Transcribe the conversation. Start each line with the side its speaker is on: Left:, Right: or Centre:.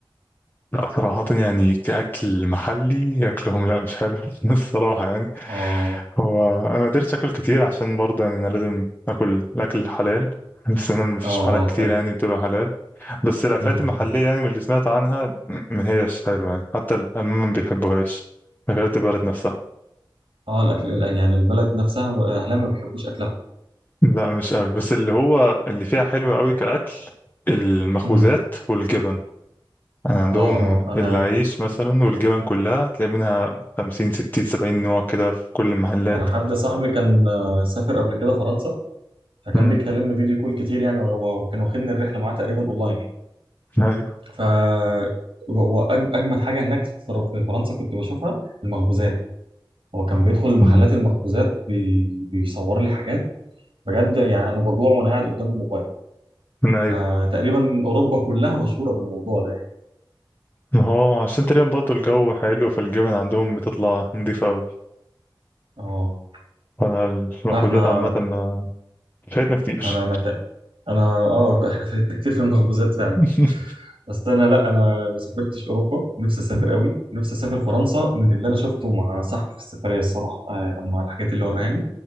Left: لا صراحة يعني كأكل محلي أكلهم لا مش حلو <laughs> الصراحة يعني
Right: اه
Left: هو أنا ما قدرتش أكل كتير عشان برضه يعني أنا لازم أكل الأكل الحلال بس أنا مفيش
Right: اه اه
Left: محلات كتير
Right: فاهم
Left: يعني بتبقى حلال بس الأكلات
Right: امم
Left: المحلية
Right: أمم.
Left: يعني من اللي سمعت عنها م- ما هيش حلوة يعني حتى الألمان ما بيحبوهاش أكلات البلد نفسها
Right: اه الاكل يعني البلد نفسها اهلها ما بيحبوش اكلها
Left: لا مش قوي بس اللي هو اللي فيها حلو
Right: اوكي
Left: قوي كأكل المخبوزات
Right: امم
Left: والجبن يعني عندهم
Right: اه اه انا
Left: العيش مثلا والجبن كلها تلاقي منها خمسين ستين سبعين نوع كده في كل المحلات
Right: انا حد صاحبي كان آه، سافر قبل كده فرنسا فكان
Left: امم
Right: بيكلمني فيديو كول كتير يعني وهو- وكان واخدني الرحله معاه تقريبا اونلاين يعني
Left: <laughs> ايوه
Right: ف هو أج- اجمد حاجه هناك في في فرنسا كنت بشوفها المخبوزات هو كان بيدخل
Left: مم.
Right: محلات المخبوزات بي... بيصور لي حاجات بجد يعني انا بجوع وانا قاعد قدام الموبايل
Left: مم. ايوه
Right: آه تقريبا اوروبا كلها مشهوره بالموضوع ده يعني
Left: ما هو عشان تقريبا برضه الجو حلو فالجبن عندهم بتطلع نضيفة أوي
Right: اه
Left: وأنا المخبوزات
Right: لا احنا
Left: عامة ب- فايتنا كتير
Right: انا انا ك... انا اه احنا فاتنا كتير في المخبوزات فعلا
Left: <laughs>
Right: بس انا لا انا ما سافرتش اوروبا نفسي اسافر قوي نفسي اسافر فرنسا من اللي انا شفته مع صاحبي في السفريه الصراحه آه لما الحاجات اللي وراني